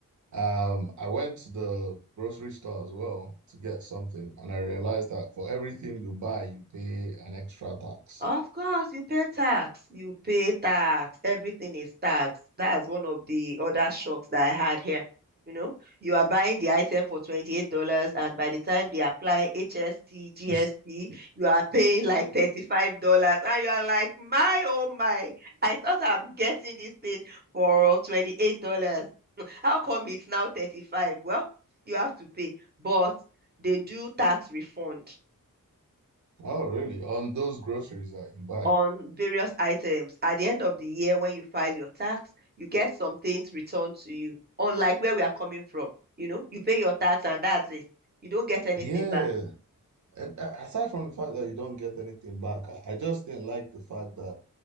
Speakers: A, on the right; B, on the right.
A: Um, I went to the grocery store as well to get something, and I realized that for everything you buy, you pay an extra tax.
B: Of course, you pay tax. You pay tax. Everything is tax. That's one of the other shocks that I had here. You know, you are buying the item for $28, and by the time they apply HST, GST,
A: <laughs>
B: you are paying like $35. And you are like, my, oh my, I thought I'm getting this thing for $28. <laughs> How come it's now 35? Well, you have to pay, but they do tax refund.
A: Oh, really? On those groceries that you buy.
B: on various items. At the end of the year, when you file your tax, you get some things returned to you, unlike where we are coming from. You know, you pay your tax and that's it. You don't get anything
A: Yeah.
B: back.
A: And uh, aside from the fact that you don't get anything back, I I just didn't like the fact that